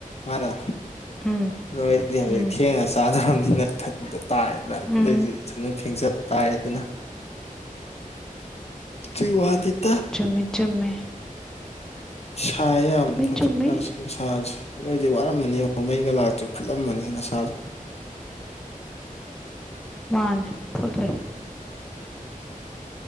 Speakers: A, on the left; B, in the centre.
A: ꯃꯥꯅ
B: ꯎꯝ
A: ꯅꯣꯏꯗꯤ ꯍꯧꯖꯤꯛ
B: ꯎꯝ
A: ꯊꯦꯡꯅ ꯆꯥꯗꯧꯔꯕꯅꯤꯅ ꯊꯟꯗ ꯇꯥꯔꯦꯗꯅ
B: ꯎꯝ
A: ꯢꯊꯥꯟ ꯐꯦꯡꯖ ꯇꯥꯔꯦꯗꯅ ꯑꯗꯨꯢ ꯋꯥꯅꯤꯗ
B: ꯆꯨꯝꯃꯦ ꯆꯨꯝꯃꯦ
A: ꯁꯥꯢ ꯌꯥꯝ ꯍꯧꯖꯤꯛꯀꯥꯟꯁꯦ
B: ꯆꯨꯝꯃꯤ
A: ꯁꯥꯗꯕꯦ ꯅꯣꯏꯗꯤ ꯋꯥꯔꯝꯃꯅꯤ ꯃꯩꯒ ꯂꯥꯛꯇꯔꯦ ꯐꯨꯠꯂꯝꯃꯅꯤ ꯅꯁꯥꯁꯨ
B: ꯃꯥꯅꯦ ꯐꯨꯠꯂꯦ